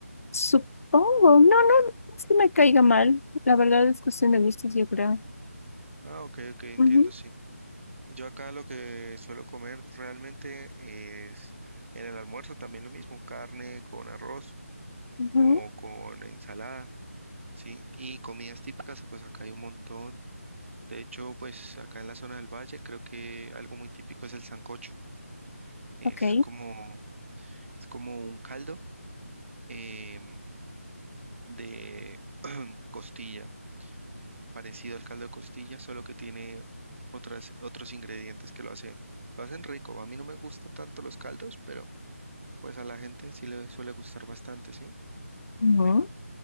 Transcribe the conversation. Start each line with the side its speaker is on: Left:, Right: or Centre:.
Left: Supongo, no, no, no es que me caiga mal, la verdad es cuestión de gustos, yo creo.
Right: Ah, ok, ok, entiendo,
Left: Ujú,
Right: sí. Yo acá lo que suelo comer realmente es en el almuerzo también lo mismo, carne con arroz
Left: ujú,
Right: o con ensalada, ¿sí? Y comidas típicas, pues acá hay un montón. De hecho, pues acá en la zona del valle creo que algo muy típico es el sancocho. Es
Left: ok,
Right: como, es como un caldo em, de <clears throat> costilla, parecido al caldo de costilla, solo que tiene otras, otros ingredientes que lo hacen, lo hacen rico. A mí no me gustan tanto los caldos, pero... Pues a la gente sí le suele gustar bastante, ¿sí?
Left: ujú.